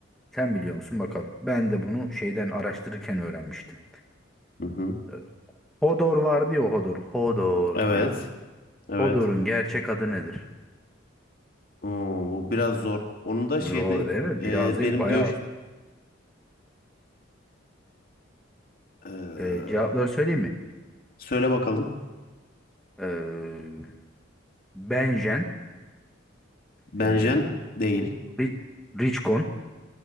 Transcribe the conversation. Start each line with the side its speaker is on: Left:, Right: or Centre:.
Centre: sen biliyor musun bakalım. Ben de bunu şeyden araştırırken öğrenmiştim.
Left: Hı hı.
Centre: E, Hodor vardı ya Hodor. Hodor
Left: Evet.
Centre: diyordu.
Left: Evet.
Centre: Hodor'un gerçek adı nedir?
Left: Oo, bu biraz zor. Onun da şeyde
Centre: Zor değil mi?
Left: e,
Centre: Biraz değil
Left: benim
Centre: bayağı
Left: göç...
Centre: zor.
Left: e,
Centre: E, cevapları söyleyeyim mi?
Left: söyle bakalım.
Centre: E, Benjen,
Left: Benjen
Centre: e,
Left: değil.
Centre: Ri- Richcon,